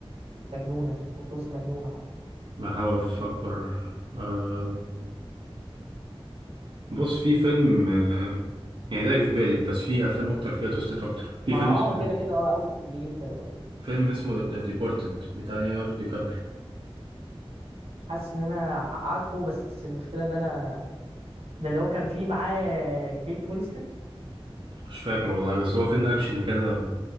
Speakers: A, on the right; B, on the right.
A: مجنونه بلوت تويست مجنونه حق
B: بحاول أفكر آه، بص في فيلم آه، يعني ده جه في بالي بس في أفلام أكتر فيها تويستات أكتر في
A: مع
B: فيلم
A: اه
B: اسمه-
A: كده كده اه اول اللي يجي في بالك على طول.
B: فيلم اسمه ذا ديبورتد بتاع ليوناردو دي كابريو
A: حاسس ان انا ح- عارفه بس المشكله ان انا ده اللي هو كان فيه معاه كيت وينسلت
B: مش فاكر والله بس هو فيلم أكشن كده